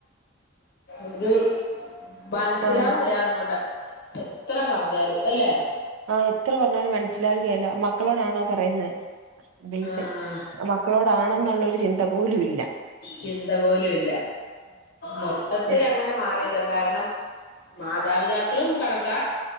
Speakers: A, on the left; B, on the right.
A: ഒരു മനസ്സിലാവൂല
B: ആഹ്
A: അങ്ങോട്ട് എത്ര പറഞ്ഞാലും അല്ലേ?
B: ആഹ് എത്ര പറഞ്ഞാലും മനസ്സിലാവുകയില്ലാ മക്കളോടാണോ പറയുന്നെ ബെയ്സ-
A: ആഹ്
B: മക്കളോടാണെന്നുള്ളൊരു ചിന്ത പോലും ഇല്ല.
A: ചിന്ത പോലും ഇല്ല മൊത്തത്തിലങ്ങനെ
B: ആഹ്
A: മാ ഇല്ല കാരണം മാതാപിതാക്കളും കണക്കാ